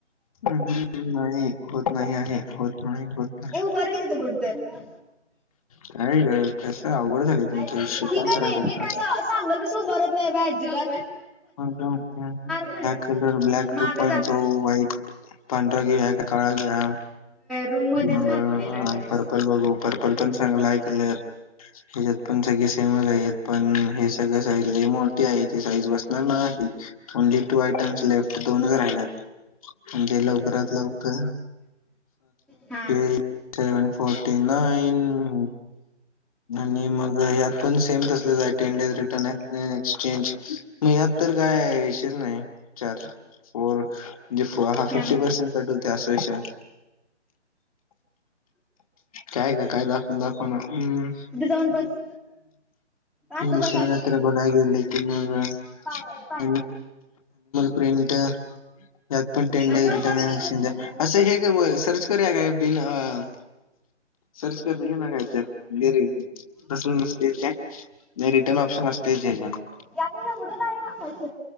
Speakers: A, on the left; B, in the centre.
A: हम हम नाही होत नाही आहे, होत नाही, होत नाही.
B: ए उभार की तिथं कुठं तर
A: काय ग कस अवघड झाले
B: काय
A: तुमच्या
B: एवढं
A: विषयी
B: ही
A: काय
B: का
A: करायच
B: नाही
A: होत?
B: नीट असं सांगल तस उभारत नाही बाई अजीबात.
A: ब्लॅक
B: खाणार
A: कलर, ब्लॅक
B: माग
A: टू पॉइंट
B: जा
A: तो व्हाईट पांढरा घि नाहीतर काळा घ्या
B: रूम मध्येच
A: मग
B: घातलेला ड्रेस
A: पर पल बघू पर्पल पण चांगला आहे कलर. ह्याच्यात पण सगळी सेमच आहेत पण हे सगळं साईज लय मोठीे आहे ती साईज बस नाही ओनली टू आयटम्स लेफ्ट दोनच राहिल्यात. म्हणजे लवकरात लवकर
B: हां.
A: एक सेव्हन फोर्टी -नाईन.. आणि मग ह्यात पण सेम तसलंच <unintelligible> रिटर्न एक्सचेंज मग यात तर काय विषयच नाही चार फोर म्हणजे फा हा
B: थांब
A: फिफ्टी पर्सेंट टटू लते असा विषय आहे काय कर काय दाखव दाखवणार? हम्म
B: तिथे जाऊन बस असं
A: दुसर
B: बस
A: काय तर बघाय गेल की मग
B: काय य?
A: <unintelligible> प्रिंट त्यात पण टेंडर
B: अगं
A: रिटर्न
B: बस
A: आणि एक्सचेंजर
B: बस गं
A: असं हे का सर्च करूया काय बिन अं सर्च करण <unintelligible> काय रिटर्न ऑप्शन असतय की याज्यात.
B: याग एवढं नाही वाकायच